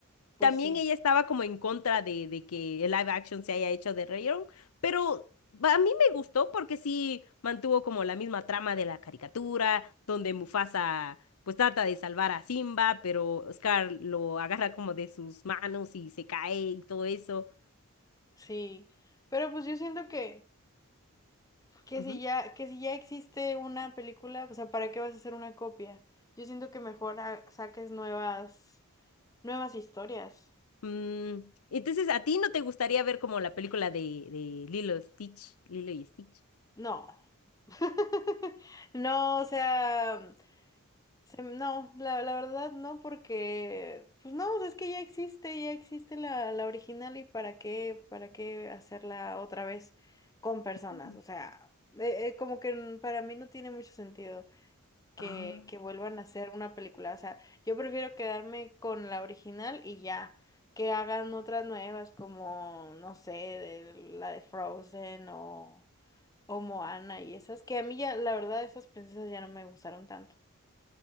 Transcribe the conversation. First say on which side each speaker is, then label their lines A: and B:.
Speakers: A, on the left; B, on the left.
A: pues
B: También
A: sí,
B: ella estaba como en contra de, de que el live action se haya hecho de rayon pero a mí me gustó porque sí mantuvo como la misma trama de la caricatura, donde Mufasa pues trata de salvar a Simba, pero Scar lo agarra como de sus manos y se cae y todo eso.
A: sí, pero pues yo siento que, que
B: Ujú.
A: si ya, que si ya existe una película, o sea, ¿para qué vas a hacer una copia? Yo siento que mejor ha- saques nuevas, nuevas historias.
B: Mm, entonces, ¿a ti no te gustaría ver como la película de, de Lilo Stitch? Lilo y Stitch.
A: No. <laughs> No, o sea. Se- No, la, la verdad no, porque pues no, es que ya existe, ya existe la, la original y para qué, para qué hacerla otra vez con personas.
B: Mm.
A: O sea, eh, eh, como que n- para mí no tiene mucho sentido que,
B: Ah,
A: que vuelvan a hacer una película. O sea, yo prefiero quedarme con la original y ya, que hagan otras nuevas como, no sé, de, la de Frozen o, o Moana y esas, que a mí ya, la verdad, esas princesas ya no me gustaron tanto.